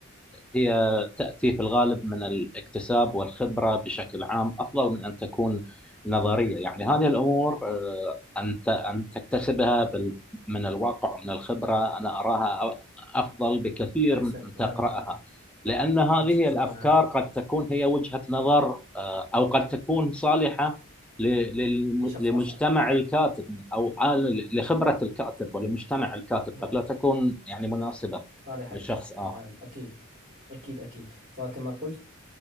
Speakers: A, in the centre; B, on the right.
A: هي تاتي في الغالب من الاكتساب والخبره بشكل عام افضل من ان تكون نظريه يعني هذه الامور آه، ان ت- ان تكتسبها بال- من الواقع ومن الخبره انا اراها أ- افضل بكثير
B: أحسن
A: من ان تقراها
B: نعم نعم
A: لان هذه
B: متفق
A: الافكار
B: معك
A: قد تكون هي وجهه نظر آه، او قد تكون صالحه ل- للم-
B: لشخص
A: لمجتمع
B: آخر
A: الكاتب او عال- لخبره الكاتب ولمجتمع الكاتب
B: نعم
A: قد لا تكون يعني مناسبه
B: صالح
A: لشخص
B: لك
A: اخر.
B: نعم أكيد أكيد أكيد فكما قلت